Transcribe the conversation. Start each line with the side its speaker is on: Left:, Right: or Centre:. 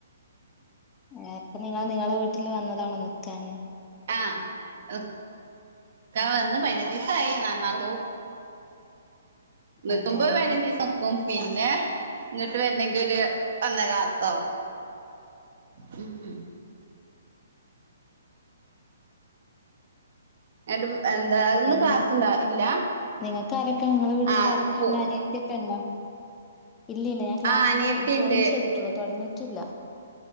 Left: ഏ ഇപ്പൊ നിങ്ങളു നിങ്ങളുടെവീട്ടിൽ വന്നതാണോ നിക്കാന്
Right: ആഹ ഇക്കാ ഇന്ന് പയ്നഞ്ചീസായി, ന നാളെ പോവും നിർത്തുമ്പം,
Left: അതെ
Right: പതിനഞ്ചീസം അപ്പം പിന്നെ ഇങ്ങോട്ട് വരണെങ്കിൽ ഒരു വന്ന രാസവും ശബി എന്നിട്ടുമെന്താ ഇന്നു
Left: പിന്നെ
Right: ക്ലാസ്സുണ്ട ഇല്ല
Left: നിങ്ങൾക്ക് അരക്കണം നിങ്ങളെ വീട്ടിൽ
Right: ആഹ്
Left: അരക്കണ്ട
Right: പോ
Left: അനിയത്തിൊക്കെ ഉണ്ടോ ഇല്ല ഇല്ല ഞാൻ ക്ലാസ്സില്
Right: ആഹ് അനിയത്തിണ്ട്
Left: ജോയിൻ ചെയ്തിട്ടുള്ളു തുടങ്ങിയിട്ടില്ല